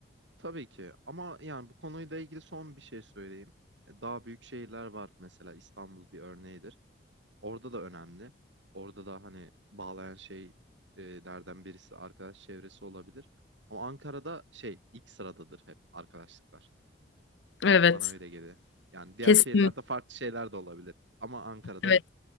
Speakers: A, on the right (about 80°); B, on the left (about 75°).
A: Tabii ki. Ama yani bu konuyla ilgili son bir şey söyleyeyim. Daha büyük şehirler var mesela İstanbul bir örneğidir. Orada da önemli. Orada da hani bağlayan şeylerden birisi arkadaş çevresi olabilir. Ama Ankara'da şey ilk sıradadır hep arkadaşlıklar.
B: Evet,
A: Bana öyle geliyor. Yani diğer
B: kesin.
A: şehirlerde farklı şeyler de olabilir. Ama Ankara'da
B: Evet,